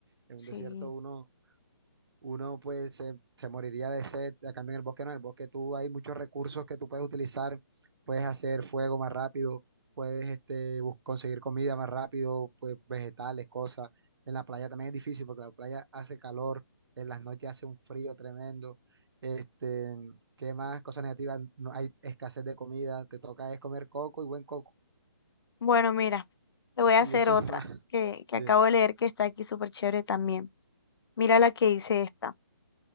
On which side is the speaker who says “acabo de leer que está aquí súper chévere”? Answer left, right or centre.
Left